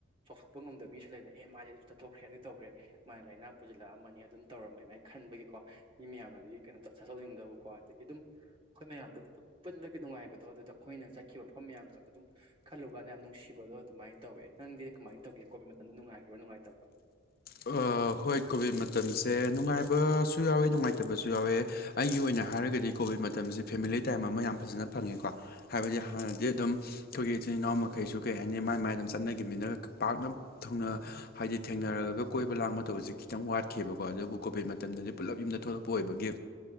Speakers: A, on the right; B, on the left.
A: ꯆꯥꯎꯊꯣꯛꯄ ꯉꯝꯗꯕ ꯃꯤꯁꯨ ꯂꯩꯗꯅ ꯑꯦ ꯃꯥꯗꯤ ꯑꯗꯨ ꯆꯠꯊꯣꯛꯈ꯭ꯔꯦ ꯑꯗꯨ ꯇꯧꯈ꯭ꯔꯦ ꯃꯥꯅ ꯂꯥꯏꯅꯥ ꯄꯨꯁꯤꯜꯂꯛ ꯑꯝꯃꯅꯤ ꯑꯗꯨꯝ ꯇꯧꯔꯝꯃꯅꯤ ꯑꯗꯨꯃꯥꯏꯅ ꯈꯟꯕꯒꯤꯀꯣ ꯃꯤ ꯃꯌꯥꯝꯅꯗꯤ ꯀꯩꯅꯣ ꯆꯠꯊꯣꯛꯅꯤꯡꯗꯕ ꯀꯣ ꯑꯗꯒꯤ ꯑꯗꯨꯝ ꯑꯩꯈꯣꯏ ꯃꯌꯥꯝꯗꯨꯗ ꯑꯗꯨꯝ ꯄꯨꯟꯕꯒꯤ ꯅꯨꯡꯉꯥꯏꯕꯗꯣ ꯑꯗꯨꯗ ꯑꯩꯈꯣꯏꯅ ꯆꯠꯈꯤꯕ ꯃꯐꯝ ꯃꯌꯥꯝꯒꯗꯣ ꯑꯗꯨꯝ ꯈꯜꯂꯨꯀꯥꯟꯗ ꯌꯥꯝ ꯅꯨꯡꯁꯤꯕꯗꯣ ꯑꯗꯨꯃꯥꯏꯅ ꯇꯧꯋꯦ ꯅꯪꯗꯤ ꯀꯃꯥꯏꯅ ꯇꯧꯒꯦ ꯀꯣꯚꯤꯗ ꯃꯇꯝꯗ ꯅꯨꯡꯉꯥꯏꯈꯤꯕ꯭ꯔꯣ ꯅꯨꯡꯉꯥꯏꯇꯕ꯭ꯔꯣ
B: ꯑ ꯍꯣꯏ ꯀꯣꯚꯤꯠ ꯃꯇꯝꯁꯦ ꯅꯨꯡꯉꯥꯏꯕꯁꯨ ꯌꯥꯎꯋꯦ ꯅꯨꯡꯉꯥꯏꯇꯕꯁꯨ ꯌꯥꯎꯋꯦ ꯑꯩꯒꯤ ꯑꯣꯏꯅ ꯍꯥꯏꯔꯒꯗꯤ ꯀꯣꯚꯤꯠ ꯃꯇꯝꯁꯤ ꯐꯦꯃꯤꯂꯤ ꯇꯥꯏꯝ ꯑꯃ ꯌꯥꯝ ꯐꯖꯅ ꯐꯪꯉꯦꯀꯣ ꯍꯥꯏꯕꯗꯤ ꯍꯥꯟꯅꯗꯤ ꯑꯗꯨꯝ ꯑꯩꯈꯣꯏꯒꯤ ꯏꯆꯤꯜ ꯏꯅꯥꯎ ꯃꯈꯩꯁꯨ ꯀꯩ ꯍꯥꯏꯅꯤ ꯃꯥꯏ ꯃꯥꯏ ꯑꯗꯨꯝ ꯆꯠꯅꯈꯤꯝꯅꯤꯅ ꯄꯥꯛꯅ ꯊꯨꯡꯅ ꯍꯥꯏꯗꯤ ꯊꯦꯡꯅꯔꯒ ꯀꯣꯏꯕ ꯂꯥꯡꯕ ꯇꯧꯕꯁꯦ ꯈꯤꯇꯪ ꯋꯥꯠꯈꯤꯕꯀꯣ ꯑꯗꯨꯕꯨ ꯀꯣꯚꯤꯠ ꯃꯇꯝꯗꯗꯤ ꯄꯨꯂꯞ ꯌꯨꯝꯗ ꯊꯣꯛꯂꯛꯄ ꯑꯣꯏꯕꯒꯤ